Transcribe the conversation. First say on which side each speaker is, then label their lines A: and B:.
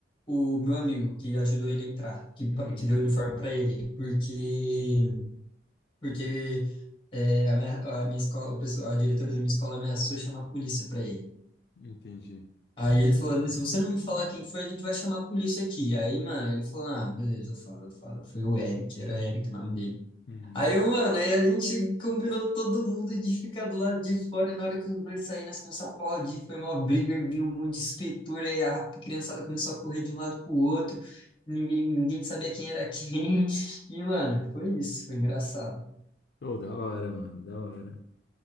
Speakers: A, on the left (about 25°); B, on the left (about 60°).
A: o meu amigo, que ajudou ele a entrar, que,
B: uhum.
A: pa- que deu o uniforme pra ele, porque, porque é, a minha, a minha escola, o pessoal, a diretora da minha escola ameaçou chamar a polícia pra ele.
B: Entendi.
A: Aí ele falou, se você não me falar quem foi, a gente vai chamar a polícia aqui. Aí, mano, ele falou, ah, beleza, eu falo, eu falo. Foi o Eric, era o Eric o nome dele.
B: Uhum.
A: Aí, eu, mano, aí a gente combinou todo mundo de ficar do lado de fora, e na hora que os dois saíram, nós começamos a aplaudir, foi uma briga, e viu um monte de espetura, aí a criançada começou a correr de um lado pro outro, ninguém, ninguém sabia quem era quem, e, mano, foi isso, foi engraçado.
B: Oh, da hora, mano, da hora.